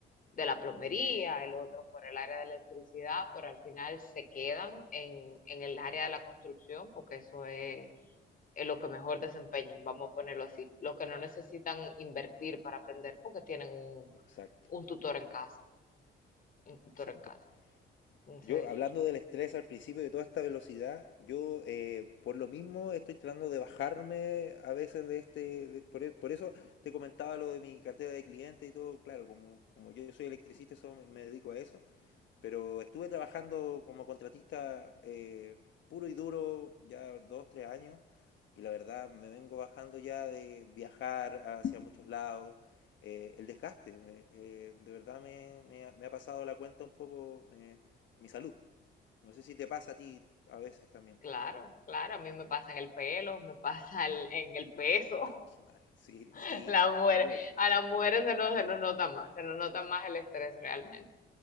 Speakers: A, on the left (about 45°); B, on the left (about 70°).
A: de la plomería, el otro por el área de electricidad, pero al final se quedan en, en el área de la construcción porque eso es, es lo que mejor desempeñan, vamos a ponerlo así. Los que no necesitan invertir para aprender porque tienen un,
B: Exacto,
A: un tutor en casa, un tutor
B: exacto.
A: en casa. Entonces,
B: Yo, hablando del estrés al principio de toda esta velocidad, yo eh, por lo mismo estoy tratando de bajarme a veces de este... de- por, e- por eso te comentaba lo de mi cartera de clientes y todo. Claro, como, como yo soy electricista, eso me, me dedico a eso. Pero estuve trabajando como contratista eh, puro y duro ya dos, tres años y la verdad me vengo bajando ya de viajar hacia muchos lados. eh, el desgaste, me- eh, de verdad me, me ha, me ha pasado la cuenta un poco me- mi salud. No sé si te pasa a ti a veces también.
A: claro, claro, a mí me pasa en el pelo, me pasa el- en el peso.
B: Qué mal, sí,
A: <laughs>
B: sí,
A: La mujer,
B: uff,
A: a las mujeres se nos, se
B: sí,
A: nos nota más, se nos nota más el estrés realmente.